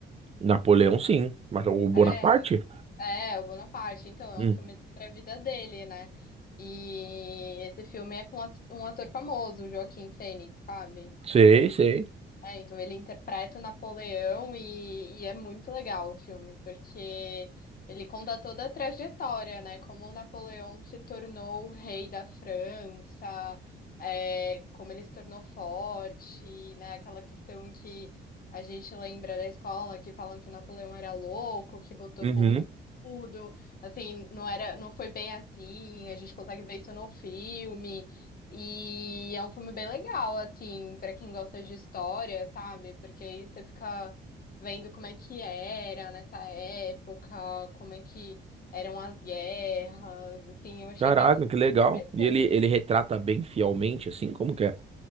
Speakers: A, on the right (about 30°); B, on the left (about 50°).
A: Napoleão, sim. Mas o Bonaparte?
B: É. É, o Bonaparte, então, é
A: Hum,
B: um filme sobre a vida dele, né? E esse filme é com um at- um ator famoso, o Joaquim Fênix, sabe?
A: sei, sei.
B: É, então ele interpreta o Napoleão e, e é muito legal o filme, porque ele conta toda a trajetória, né? Como o Napoleão se tornou o rei da França, é, como ele se tornou forte, né? Aquela questão que a gente lembra da escola, que falam que o Napoleão era louco, que botou
A: Uhum.
B: fogo em tudo. Assim, não era, não foi bem assim, a gente consegue ver isso no filme. E é um filme bem legal, assim, pra quem gosta de história, sabe? Porque aí você fica vendo como é que era nessa época, como é que eram as guerras, assim, eu achei
A: Caraca,
B: bem legal,
A: que legal.
B: interessante.
A: E ele, ele retrata bem fielmente, assim, como que é?